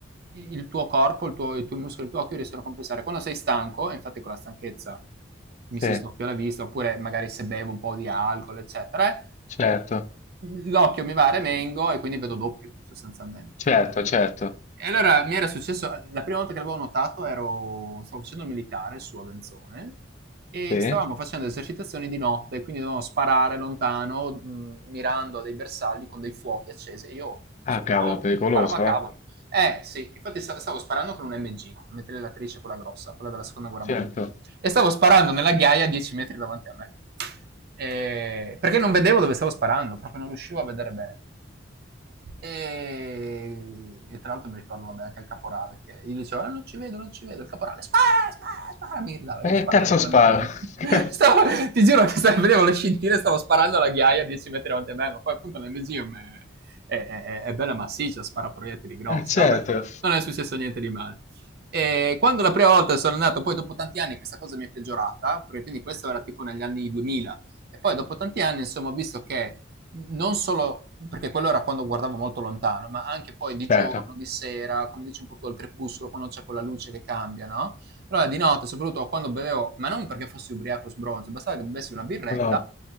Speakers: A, on the right; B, on the left.
A: il tuo corpo, il tuo, i tuoi muscoli, il tuo occhio riescono a compensare. Quando sei stanco, e infatti con la stanchezza mi
B: sì,
A: si sdoppia la vista, oppure magari se bevo un po' di alcol, eccetera, eh,
B: certo,
A: l'occhio mi va a remengo e quindi vedo doppio, sostanzialmente.
B: certo, certo,
A: E allora mi era successo, la prima volta che l'avevo notato ero, stavo facendo il militare su Avenzone e
B: sì.
A: stavamo facendo esercitazioni di notte, quindi dovevamo sparare lontano, mh, mirando a dei bersagli con dei fuochi accesi e io sparavo,
B: Ah, cavolo, pericoloso,
A: sparavo a cavolo.
B: eh.
A: Eh sì, infatti sta- stavo sparando con un MG, una mitragliatrice, quella grossa, quella della seconda guerra mondiale,
B: Certo.
A: e stavo sparando nella ghiaia a 10 metri davanti a me, Eh, perché non vedevo dove stavo sparando, proprio non riuscivo a vedere bene. E, e tra l'altro mi ricordo vabbè, anche il caporale che io dicevo "Ah, non ci vedo, non ci vedo, il caporale spara, spara, spara, mi gridava,
B: E
A: io
B: che
A: sparavo
B: cazzo
A: con
B: sparo?
A: la mentre <laughs>
B: <laughs>
A: stavo, ti giuro che stavo, vedevo le scintille, stavo sparando alla ghiaia a 10 metri davanti a me, ma poi appunto l'MGM è, è, è, è bella massiccia, spara proiettili grossi,
B: Eh, certo,
A: vabbè, non è successo niente di male. E quando la prima volta sono andato, poi dopo tanti anni questa cosa mi è peggiorata, perché quindi questo era tipo negli anni 2000, e poi dopo tanti anni, insomma, ho visto che non solo perché quello era quando guardavo molto lontano, ma anche poi di
B: certo.
A: giorno, di sera, come dici un po' tu al crepuscolo, quando c'è quella luce che cambia, no? Allora di notte, soprattutto quando bevevo, ma non perché fossi ubriaco sbronzo, bastava che bevessi una birretta,
B: No,